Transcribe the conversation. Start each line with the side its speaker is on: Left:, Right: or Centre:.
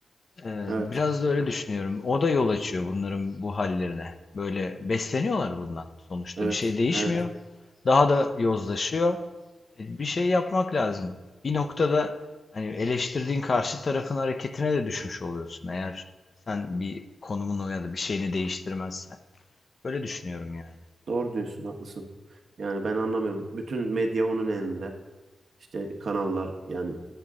Left: Ee,
Right: Evet.
Left: biraz da öyle düşünüyorum. O da yol açıyor bunların bu hallerine. Böyle besleniyorlar bundan. Sonuçta
Right: Evet.
Left: bir şey değişmiyor.
Right: Evet.
Left: Evet. Daha da yozlaşıyor. E, Bir şey yapmak lazım. Bir noktada hani eleştirdiğin karşı tarafın hareketine de düşmüş oluyorsun eğer sen bir konumunu ya da bir şeyini değiştirmezsen. Böyle düşünüyorum yani.
Right: Doğru diyorsun. Haklısın. Yani ben anlamıyorum. Bütün medya onun elinde. İşte kanallar yani